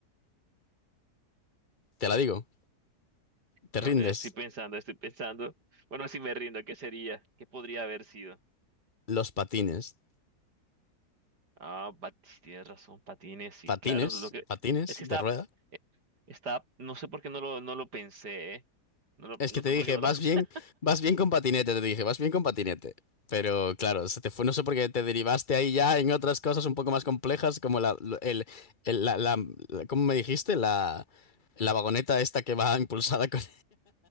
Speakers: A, on the left (about 30°); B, on the right (about 80°).
A: Te la digo, te
B: No,
A: rindes.
B: estoy pensando, estoy pensando. Bueno, si me rindo, ¿qué sería? ¿Qué podría haber sido?
A: Los patines.
B: Ah, pat- tienes razón, patines, sí,
A: Patines,
B: claro, lo que
A: patines
B: es que está,
A: de rueda.
B: eh, está, no sé por qué no lo, no lo pensé, ¿eh? No lo-
A: Es
B: no
A: que te
B: sé
A: dije,
B: por qué no
A: vas
B: lo. <laughs>
A: bien, vas bien con patinete, te dije, vas bien con patinete. Pero claro, se te fue, no sé por qué te derivaste ahí ya en otras cosas un poco más complejas, como la, lo- el, el- la, la- la- ¿cómo me dijiste? La, la vagoneta esta que va impulsada con...